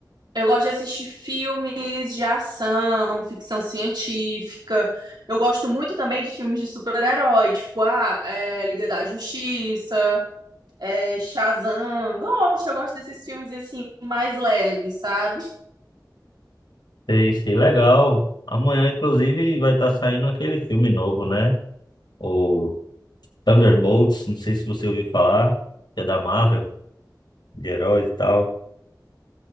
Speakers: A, on the right; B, on the left.
A: Eu gosto de assistir filmes de ação, ficção científica. Eu gosto muito também de filmes de super-herói, tipo, ah, é, Liga da Justiça. É, Shazam. Gosto, eu gosto desses filmes assim, mais leves, sabe?
B: Sei, sei, legal. Amanhã, inclusive, vai estar saindo aquele filme novo, né? O Thunderbolts, não sei se você ouviu falar, que é da Marvel. de heróis e tal.